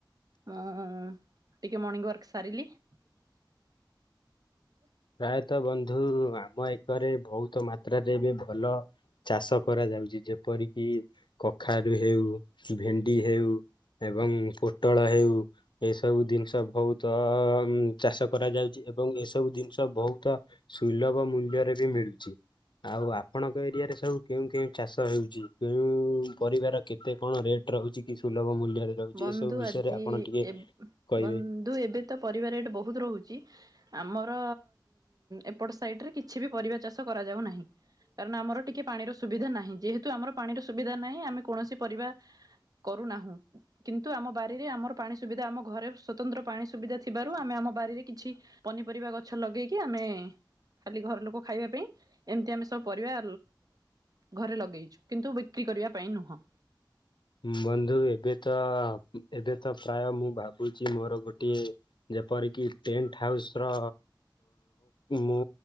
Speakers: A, on the right; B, on the left.
A: ମୁଁ ଟିକେ ମର୍ଣ୍ଣିିଂ ୱାର୍କ ସାରିଲି। ହ
B: ପ୍ରାୟତଃ ବନ୍ଧୁ ଆମ ଏକରେ ବହୁତ ମାତ୍ରାରେ ଏବେ ଭଲ ଚାଷ କରାଯାଉଛି ଯେପରିକି କଖାରୁ ହେଉ ଭେଣ୍ଡି ହେଉ। ଏବଂ ପୋଟଳ ହେଉ। ଏସବୁ ଜିନିଷ ବହୁତ ଚାଷ କରାଯାଉଛି ଏବଂ ଏସବୁ ଜିନିଷ ବହୁତ ସୁଲଭ ମୂଲ୍ୟରେ ବି ମିଳୁଛି। ଆଉ ଆପଣଙ୍କ ଏରିଆ ରେ ସବୁ କେଉଁ କେଉଁ ଚାଷ ହେଉଛି କେଉଁ ପରିବାର କେତେ କଣ ରେଟ୍। ରହୁଛି କି ସୁଲଭ ମୂଲ୍ୟରେ। ରହୁଛି
A: ବନ୍ଧୁ
B: ଏସବୁ ବିଷୟରେ
A: ଆଜି
B: ଆପଣ ଟିକେ
A: ଏବ
B: କହିବେ।
A: ବନ୍ଧୁ ଏବେ ତ ପରିବା ରେଟ ବହୁତ ରହୁଛି। ଆମର ଏପଟ ସାଇଟରେ କିଛି ବି ପରିବା ଚାଷ କରାଯାଉ ନାହିଁ। କାରଣ ଆମର ଟିକେ ପାଣିର ସୁବିଧା ନାହିଁ ଯେହେତୁ ଆମର ପାଣିର ସୁବିଧା ନାହିଁ ଆମେ କୌଣସି ପରିବା କରୁନାହୁଁ କିନ୍ତୁ ଆମ ବାରିରେ ଆମର ପାଣି ସୁବିଧା ଆମ ଘରେ ସ୍ଵତନ୍ତ୍ର ପାଣି ସୁବିଧା ଥିବାରୁ ଆମେ ଆମ ବାରିରେ କିଛି ପନିପରିବା ଗଛ ଲଗେଇକି ଆମେ ଖାଲି ଘର ଲୋକ ଖାଇବା ପାଇଁ ଏମିତି ଆମେ ସବୁ ପରିବା ଘରେ ଲଗେଇଛୁ କିନ୍ତୁ ବିକ୍ରି କରିବା ପାଇଁ ନୁହଁ।
B: ବନ୍ଧୁ ଏବେ ତ ଏବେ ତ ପ୍ରାୟ ମୁଁ ଭାବୁଛି ମୋର ଗୋଟିଏ ଯେପରିକି ଟେଣ୍ଟ ହାଉସ ର ମୁଁ